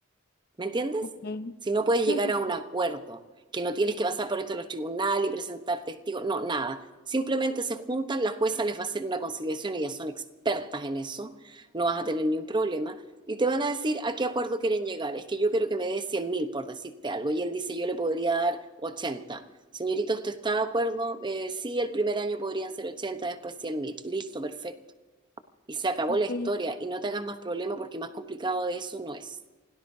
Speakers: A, on the right; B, on the left.
A: ¿Me entiendes?
B: ok,
A: Si no puedes
B: sí,
A: llegar
B: sí,
A: a
B: sí,
A: un acuerdo, que no tienes que pasar por esto de los tribunales y presentar testigos, no, nada. Simplemente se juntan, la jueza les va a hacer una conciliación, ellas son expertas en eso, no vas a tener ni un problema, y te van a decir a qué acuerdo quieren llegar. Es que yo quiero que me dé cien mil, por decirte algo, y él dice, yo le podría dar 80. Señorita, ¿usted está de acuerdo? Eh, sí, el primer año podrían ser 80, después cien mil. Listo, perfecto. Y se acabó
B: ok,
A: la historia, y no te hagas más problema porque más complicado de eso no es.